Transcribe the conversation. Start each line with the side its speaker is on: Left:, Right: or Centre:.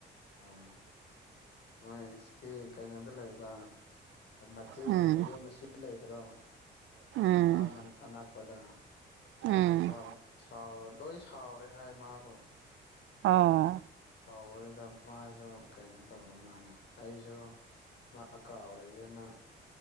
Left: ꯍꯣꯏ ꯃꯣꯏ ꯁꯤ ꯀꯩꯅꯣꯗ ꯂꯩꯕ ꯏꯆꯦꯒꯤ
Right: ꯎꯝ
Left: ꯃꯌꯨꯝ ꯑꯁꯤ ꯂꯩꯗ꯭ꯔꯣ
Right: ꯎꯝ
Left: ꯏꯝꯐꯥꯜ ꯑꯅꯛꯄꯗ
Right: ꯎꯝ
Left: ꯑꯗꯨꯐꯥꯎ ꯁꯥꯎ ꯂꯣꯏ ꯁꯥꯎꯔꯦ ꯍꯥꯏ ꯃꯥꯕꯨ
Right: ꯑꯥ
Left: ꯁꯥꯎꯕꯗꯨꯗ ꯃꯥꯁꯨ ꯀꯩꯅꯣ ꯇꯧꯔ ꯃꯥꯜꯂꯦ ꯑꯩꯁꯨ ꯃꯥ ꯀꯥꯎꯔꯒꯦꯅ